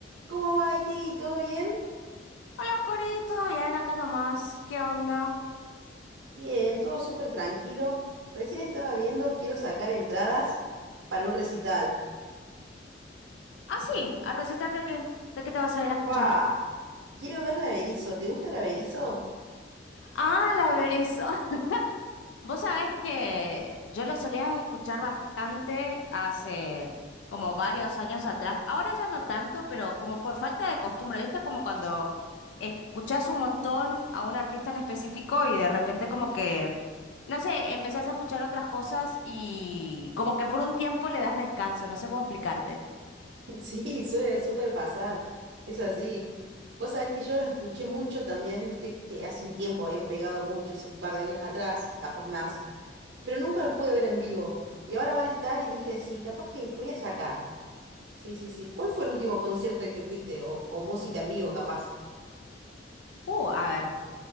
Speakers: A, on the right; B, on the left.
A: ¿Cómo va, Haití? ¿Todo bien?
B: Hola, Corito, ya ven acá nomás. ¿Qué onda?
A: Bien, todo súper tranquilo. Recién estaba viendo, quiero sacar entradas para un recital.
B: Ah, sí, a recital de qué, de qué te vas a ir a escuchar.
A: ¡Fa! Quiero ver la Berizo. ¿Te gusta la Berizo?
B: Ah, la Berizo. <laughs> Vos sabés que yo lo solía escuchar bastante hace como varios años atrás. Ahora ya no tanto, pero como por falta de costumbre, ¿viste? Como cuando escuchás un montón a un artista en específico y de repente como que, no sé, empezás a escuchar otras cosas y como que por un tiempo le das descanso, no sé cómo explicarte.
A: <laughs> Sí, suele súper pasar. Es así. Vos sabés que yo los escuché mucho también, viste que hace un tiempo habían pegado mucho, hace un par de años atrás, capaz más, pero nunca los pude ver en vivo. Y ahora van a estar y dije, sí, capaz que, que voy a sacar. Sí, sí, sí. ¿Cuál fue el último concierto al que fuiste? O, o música en vivo, capaz.
B: Uh, a ver.